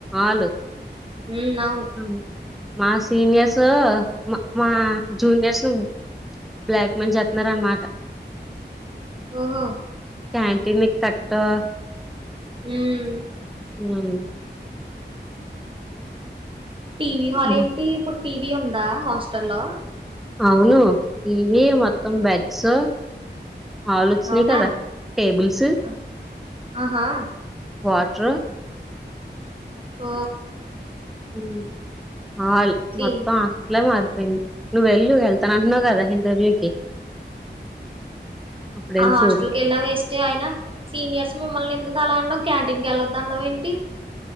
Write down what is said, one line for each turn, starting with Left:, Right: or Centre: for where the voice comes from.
Centre: ఆల్
Right: మ్. అవును.
Centre: హ్మ్. మా సీనియర్స్ మా మా జూనియర్స్ బ్లాక్ మెయిల్ చెత్తున్నారన్నమాట
Right: ఓహో
Centre: క్యాంటీన్కు కట్టు
Right: మ్మ్.
Centre: అని
Right: టీవీ హాల్
Centre: బా
Right: ఏంటి ఇప్పుడు టీవీ ఉందా హాస్టల్లో
Centre: అవును టీవీ మొత్తం బెడ్స్ హల్ వచ్చినాయి
Right: అవునా
Centre: కదా టేబుల్స్
Right: ఆ, ఆహా
Centre: వాట్రు
Right: ఓ
Centre: మ్ హాల్
Right: సీన్
Centre: మొత్తం హాస్టలే మారి నువ్వు వెళ్ళు వెళ్తానంటున్నావు కదా ఇంటర్వ్యూకి అప్పుడు వెళ్ళి
Right: ఆ హాస్టల్కి
Centre: చూడు
Right: వెళ్ళిన వేస్టే అయినా సీనియర్స్ మిమ్మల్ని ఎందుకు <unintelligible> క్యాంటీన్కి వెళ్ళొద్దనడం ఏంటి